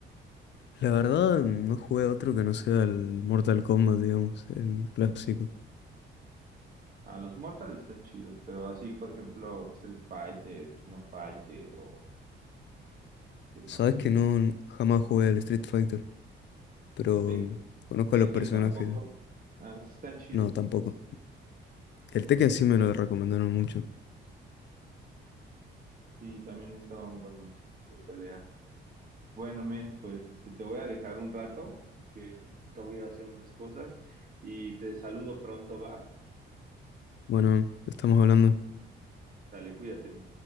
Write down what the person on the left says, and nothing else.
La verdad, no jugué a otro que no sea el Mortal Kombat, digamos, el clásico.
Sabes
que no, jamás jugué al Street Fighter, pero
conozco
a los personajes.
No, tampoco.
El Tekken sí me lo recomendaron mucho.
Bueno, estamos hablando.